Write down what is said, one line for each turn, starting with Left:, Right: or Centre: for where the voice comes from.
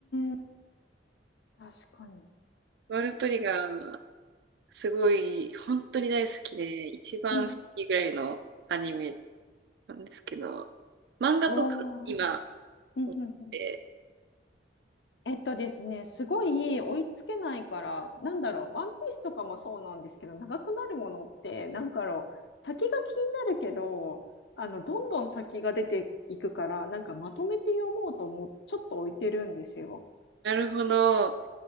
Left: ん、確かに。
Right: ワールドトリガー、すごい、本当に大好きで、一番好きぐらいのアニメ
Left: うん、
Right: なんですけど、漫画とか今、
Left: おー。うん、
Right: 持ってて
Left: うん、うん。えっとですね、すごい追いつけないから、なんだろう、ワンピースとかもそうなんですけど、長くなるものって、なんかろう、先が気になるけど、あの、どんどん先が出ていくから、なんかまとめて読もうと思って、ちょっと置いてるんですよ。
Right: なるほど。